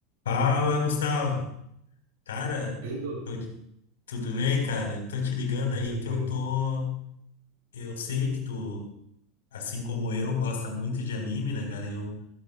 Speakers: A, on the left (about 70°); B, on the right (about 60°).
A: Fala, Gustavo. Cara,
B: Ele não-
A: tô- tudo bem, cara? Eu Tô te ligando
B: <laughs>
A: aí
B: Tranquilo.
A: que eu tô. Eu sei que tu, assim como eu, gosta muito de anime, né, cara? Eu